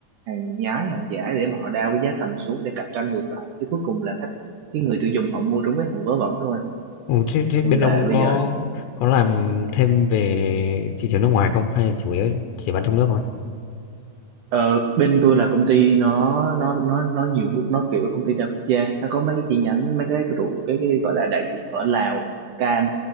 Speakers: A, on the right (about 70°); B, on the left (about 85°).
A: hàng nhái hàng giả để mà họ đao cái giá thành xuống để cạnh tranh ngược lại chứ cuối cùng là khách cái người tiêu dùng họ mua trúng cái hàng vớ vẩn thôi
B: Ừ, thế, thế bên
A: nên là
B: ông
A: bây
B: có
A: giờ
B: có làm thêm về thị trường nước ngoài không hay chủ yếu chỉ bán trong nước thôi?
A: ờ, bên tôi là công ty nó nó nó nó nhiều quốc- nó kiểu công ty đa quốc gia nó có mấy cái chi nhánh mấy cái trụ cái, cái gọi là đại diện ở Lào Cam